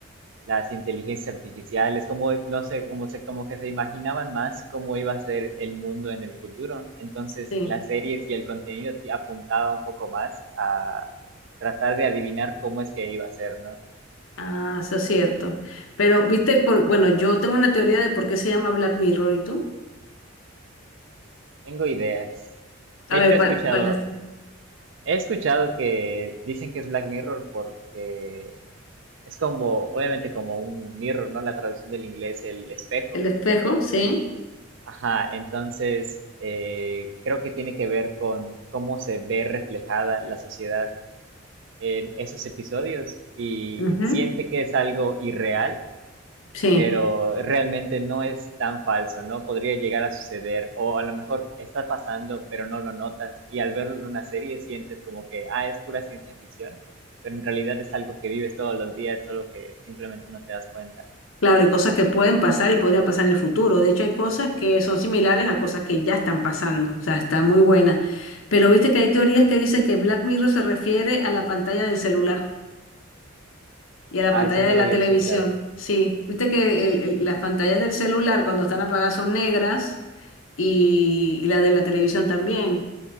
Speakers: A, on the right (about 65°); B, on the left (about 75°).
A: las inteligencias artificiales, como, no sé, como, se, como que se imaginaban más cómo iba a ser el mundo en el futuro. Entonces
B: Sí,
A: las series y el contenido ti- apuntaba un poco más a tratar de adivinar cómo es que iba a ser, ¿no?
B: ah, eso es cierto. Pero, viste, por, bueno, yo tengo una teoría de por qué se llama Black Mirror, ¿y tú?
A: Tengo ideas.
B: A
A: De hecho,
B: ver,
A: he
B: ¿cuál,
A: escuchado,
B: cuál es?
A: he escuchado que dicen que es Black Mirror porque Es como, obviamente como un mirror, ¿no? La traducción del inglés, el espejo.
B: El espejo, sí.
A: Ajá, entonces eh, creo que tiene que ver con cómo se ve reflejada la sociedad en esos episodios y
B: Ujú,
A: siente que es algo irreal,
B: Sí,
A: pero realmente no es tan falso, ¿no? Podría llegar a suceder o a lo mejor está pasando, pero no lo notas y al verlo en una serie sientes como que, ah, es pura ciencia ficción, pero en realidad es algo que vives todos los días, solo que simplemente no te das cuenta.
B: claro, y cosas que pueden pasar y podrían pasar en el futuro. De hecho, hay cosas que son similares a cosas que ya están pasando, o sea, está muy buena. Pero viste que hay teorías que dicen que Black Mirror se refiere a la pantalla del celular. Y a la
A: Ah,
B: pantalla
A: eso no
B: de la
A: lo había
B: televisión,
A: escuchado.
B: sí. Viste que el- el- las pantallas del celular cuando están apagadas son negras y, y la de la televisión también.